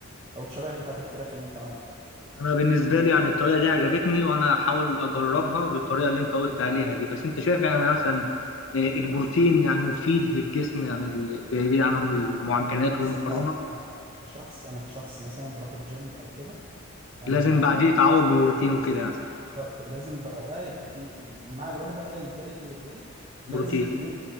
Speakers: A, on the right; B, on the left.
A: او الشرايح بتاعه الفراخ اللي انت عملتها
B: انا بالنسبه لي يعني الطريقه دي عجبتني وانا هحاول اجربها بالطريقه اللي انت قلت عليها دي بس انت شايف يعني مثلا آه، البروتين
A: امم
B: يعني مفيد للجسم يعني ال- بعيد عن المعجنات
A: بس
B: والمكرونه
A: انا أنا كشخص انا كشخص مثلا بروح الجيم او كده انا
B: لازم بعديه يتعوض ببروتين
A: لازم
B: وكده يعني
A: بالظبط، لازم بعدها يبقى في مع الوجبه ايا كانت هي ايه لازم
B: بروتين
A: كميه